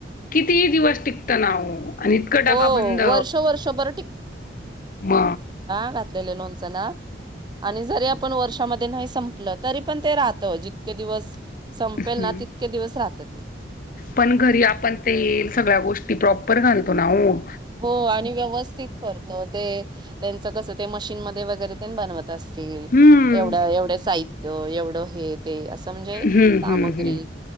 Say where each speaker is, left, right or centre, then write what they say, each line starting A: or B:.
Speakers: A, on the left (about 50°); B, on the right (about 25°).
A: कितीही दिवस टिकतं नाहो आणि इतकं डबा
B: हो
A: बंद.
B: वर्ष वर्षभर
A: म
B: घातलेल लोणचं ना आणि जरी आपण वर्षामध्ये नाही संपल तरी पण ते राह जितके दिवस संपेल
A: हं!
B: ना तितके दिवस राहत ते
A: पण घरी आपण तेल सगळ्या गोष्टी प्रॉप <unintelligible> तुला ओ
B: हो आणि व्यवस्थित करतो ते त्या त कसं ते मशीन मध्ये वैगरे ते बनवत तसेल
A: हम्म
B: एवढं-एवढं साहित्य एव हे ते असं म्हणजे
A: हम्म
B: सामग्री
A: हम्म हम्म